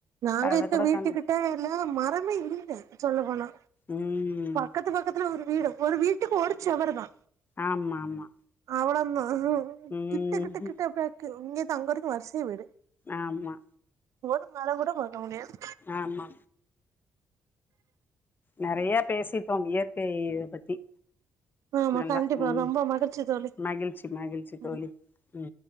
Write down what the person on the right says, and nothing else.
நாங்க
இருக்க
வீட்டுக்கிட்ட
எல்ல மரமே இல்ல சொல்ல போனா
பக்கத்து பக் கத்துல ஒரு வீடு ஒரு வீட்டுக்கு ஓரு ச்சொவரு தா
அவள தா
கிட்ட கிட்ட கிட்ட அப்பயே இங்க இருந்து அங்க வரைக்கு வரிசையா வீடு
ஒரு மரங் கூட பாக்க முடியாது
ஆமா
கண்டிப்பா
ரொம்ப மகிழ்ச்சி தோழி
ம்